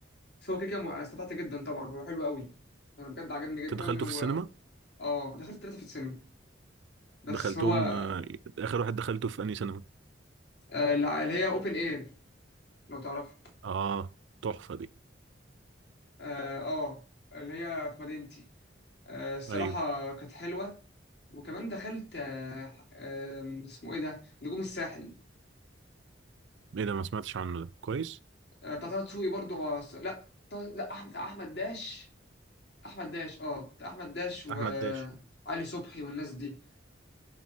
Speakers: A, on the left; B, on the right.
A: بس هو كده كده استمتعت جدا طبعا هو حلو قوي انا بجد عجبني جدا
B: انت دخلته في
A: و
B: السينما
A: اه دخلت ثلاثه في السينما بس
B: دخلتهم
A: هو
B: آه، اخر واحد دخلته في انهي سينما
A: آه، الع- اللي هي اوبن اير لو تعرفها
B: اه تحفه دي
A: اه آه، اللي هي في مدينتي آه، الصراحة
B: ايوه
A: كانت حلوة وكمان دخلت آه، آم، اسمه ايه ده نجوم الساحل
B: ايه ده ما سمعتش عنه ده كويس
A: آه، بتاع طه دسوقي برضه هو س- لا طه- لا احمد بتاع احمد داش احمد داش اه بتاع احمد داش وعلي
B: احمد داش
A: صبحي والناس دي